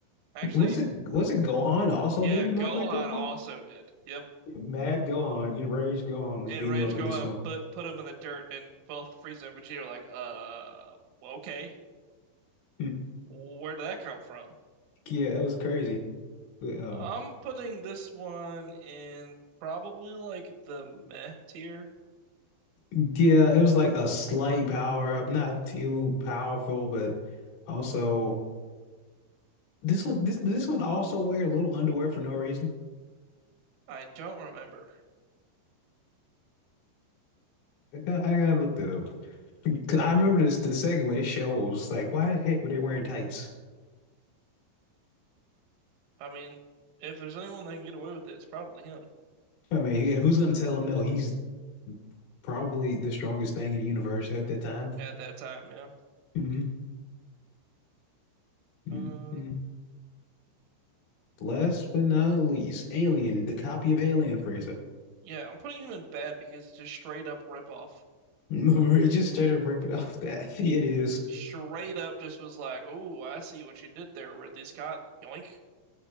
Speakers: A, on the right; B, on the left.
A: Actually,
B: Was it wasn't Gohan also
A: Yeah,
B: beating
A: Gohan
B: him up like that for?
A: also did. Yep.
B: Mad Gohan, enraged Gohan was
A: And
B: beating
A: Rage
B: him up
A: Gohan
B: in this one.
A: put put him in the dirt and both Frieza and Vegeta are like, uh, well, okay.
B: Hmm.
A: Where did that come from?
B: Yeah, that was crazy. Uh,
A: I'm putting this one in probably like the meh tier.
B: Yeah, it was like a slight power up, not too powerful, but also this one this this one also wear a little underwear for no reason.
A: I don't remember.
B: I got I gotta look that up. 'Cause I remember this the second one, it shows like why the heck were they wearing tights?
A: I mean, if there's anyone that can get away with it, it's probably him
B: I mean, yeah, who's gonna tell him no? He's probably the strongest thing in the universe at that time.
A: at that time, yeah.
B: hmm hmm
A: Uh,
B: Last but not least, Alien, the copy of Alien Freezer. <laughs>
A: yeah, I'm putting him in bad because it's just straight up rip off.
B: It just straight up ripping off that. <laughs> It is.
A: Straight up just was like, "Oh, I see what you did there, Ridley Scott." Yoink.